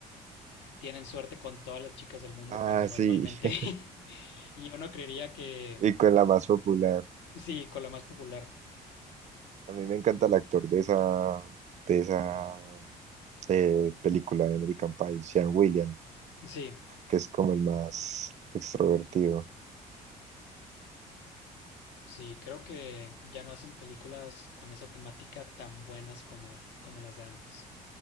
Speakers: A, on the left; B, on the right.
A: tienen suerte con todas las chicas del mundo
B: Ah,
A: cuando normalmente
B: sí, <laughs>
A: <laughs> y uno creería que
B: y con la más popular.
A: sí, con la más popular.
B: A mí me encanta el actor de esa, de esa eh, película de American Pie, Sean William,
A: Sí,
B: que es como el más extrovertido.
A: sí, creo que ya no hacen películas con esa temática tan buenas como como las de antes.